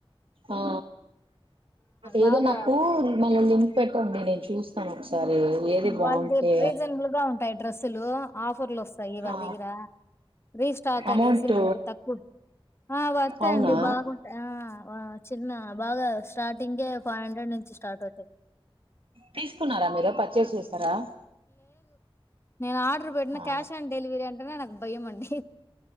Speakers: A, on the right; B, on the left.
A: ఆ ఏదో
B: బాగా
A: నాకు మనం పెట్టండి నేను చూస్తాను ఒకసారి ఏది బాగుంటే
B: వాళ్ళ ద రీజనబుల్ గా ఉంటాయి డ్రెస్సులు ఆఫర్లు వస్ సయి వల్ల
A: ఆ
B: దగ్గరా రీస్టాక్ అనేసి
A: అమౌంట్
B: మనకి తక్కువ ఆ వస్తాయిండి
A: అవునా
B: బాగుంటాయి ఆ చిన్న బాగా స్టార్టింగ్ే ఫైవ్ హండ్రెడ్ నుంచి స్టార్ట్ అవుతాయి
A: తీసుకున్నారా మీరు పూర్చస్ చేశారా
B: నాడు పెట్న
A: ఆ
B: క్యా ఆన్డలివరీ అంటే నాక్ భయ్యమండి